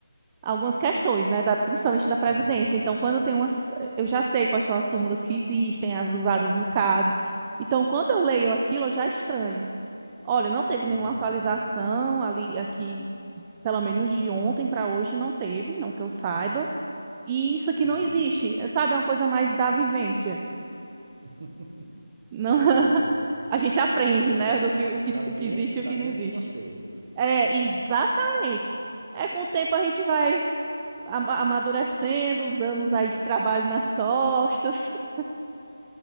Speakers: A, on the right; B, on the right.
A: algumas questões, né, da, principalmente da Previdência.
B: Aham,
A: Então, quando tem umas, eu já sei quais são as súmulas que existem, as usadas no caso. Então, quando eu leio aquilo, eu já estranho. Olha, não teve nenhuma
B: aham,
A: atualização ali, aqui, pelo menos de ontem para hoje, não teve, não que eu saiba. E isso aqui
B: uhum.
A: não existe, É, sabe? É uma coisa mais da vivência.
B: <laughs>
A: Não, <laughs>
B: Que legal.
A: a gente aprende,
B: É,
A: né, do
B: é,
A: que o que,
B: tá dentro,
A: o que existe
B: tá
A: e o que
B: dentro
A: não existe.
B: de você.
A: É, exatamente. É com o tempo a gente vai ama- amadurecendo, os anos aí de trabalho nas costas. <laughs>